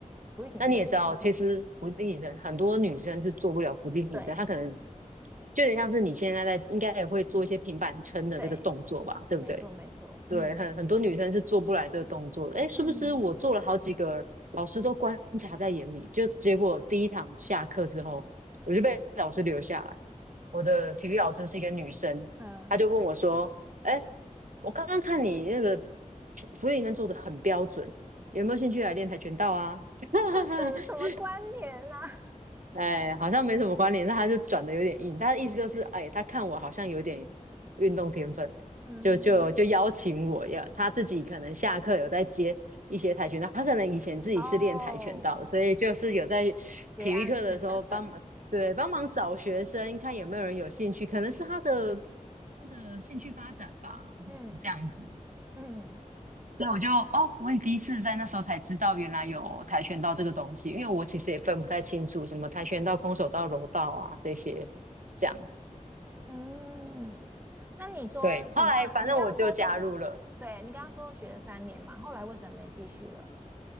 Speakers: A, on the right; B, on the right.
A: 不会挺身。
B: 那你也知道，
A: OK，
B: 其实伏地挺身很多女生是做不了伏地挺身，
A: 对
B: 她可能就有点像是你现在在应该也会做一些平板撑的这个动作吧，
A: 对，
B: 对不对？
A: 没错没错。
B: 对，
A: 嗯
B: 很很多女生是做不来这个动作的。哎，是不是我做了好几个，
A: 嗯
B: 老师都观察在眼里，就结果第一堂下课之后，我就被老师留下来。我的体育老师是一个女生，
A: 嗯。
B: 她就问我说：“哎，我刚刚看你那个俯俯卧撑做的很标准，有没有兴趣来练跆拳道啊？” <laughs>
A: 这这是什么关联啦、啊
B: 哎，好像没什么关联，那他就转的有点硬，他的意思就是，哎，他看我好像有点运动天分，
A: <laughs> 嗯，
B: 就就就邀请我呀，他自己可能下课有在接一些跆拳道，他可能以前自己是练跆拳道的，
A: 哦，
B: 所以就是有在体育课的时候帮忙，
A: 结案，<laughs>
B: 对，帮忙找学生，看有没有人有兴趣，可能是他的他的兴趣发展吧，
A: 嗯
B: 这样子。
A: 嗯
B: 所以我就哦，我也第一次在那时候才知道，原来有跆拳道这个东西，因为我其实也分不太清楚什么跆拳道、空手道、柔道啊这些，这样。
A: 嗯。那你说，
B: 对，后来反正我就加入了，
A: 你刚你刚刚说这是，对，你刚刚说学了三年嘛，后来为什么没继续了？